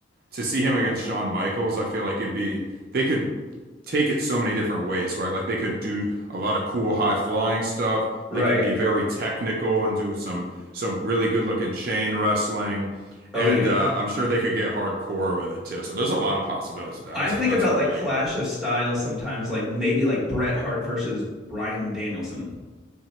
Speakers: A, on the right; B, in the centre.
A: to see him against Shawn Michaels, I feel like it'd be they could take it so many different ways, right? Like they could do a lot of cool high flying stuff.
B: right?
A: They could be very technical and do some some really good looking chain wrestling,
B: Oh
A: and
B: yeah.
A: uh, I'm sure they could get hardcore with it too. So there's a lot of possibilities. That's
B: I think
A: a, that's
B: about
A: a really
B: like clash
A: good
B: of styles sometimes, like maybe like Bret Hart versus Bryan Danielson,